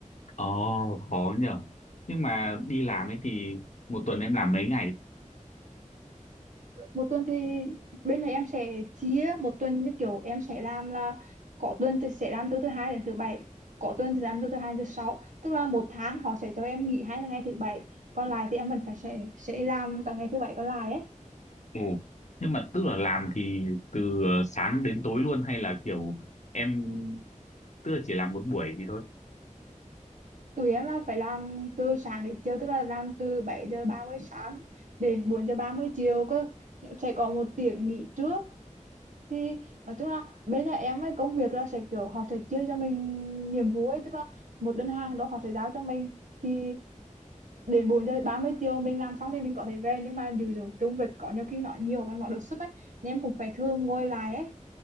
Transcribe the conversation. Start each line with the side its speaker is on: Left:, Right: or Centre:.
Left: Ồ, khó nhở. Nhưng mà đi làm ấy thì một tuần em làm mấy ngày?
Right: một tuần thì bên này em sẽ chia một tuần như kiểu em sẽ làm là có tuần thì sẽ làm từ thứ hai đến thứ bảy có tuần thì làm từ thứ hai đến thứ sáu tức là một tháng họ sẽ cho em nghỉ hai ngày thứ bảy còn lại thì em vẫn phải sẽ sẽ làm cả ngày thứ bảy còn lại ấy
Left: Ồ. Nhưng mà tức là làm thì từ ờ, sáng đến tối luôn hay là kiểu em tức là chỉ làm một buổi thì thôi?
Right: tụi em là phải làm từ sáng đến chiều tức là làm từ 7 giờ 30 sáng đến 4 giờ 30 chiều cơ sẽ có một tiếng nghỉ trước thì nói chung là bên nhà em ấy công việc là sẽ kiểu họ sẽ chia cho mình nhiệm vụ ấy tức là một đơn hàng đó họ sẽ giao cho mình thì đến 4 giờ 30 chiều mình làm xong thì mình có thể về nhưng mà điều rồi công việc có nhiều khi nó nhiều và nó đột xuất ấy nên em cũng phải thường ngồi lại ấy